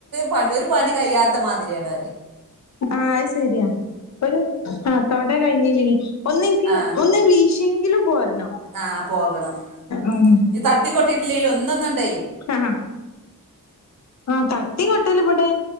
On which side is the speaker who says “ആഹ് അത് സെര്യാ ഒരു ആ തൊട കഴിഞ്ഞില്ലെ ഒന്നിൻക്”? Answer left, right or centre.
Left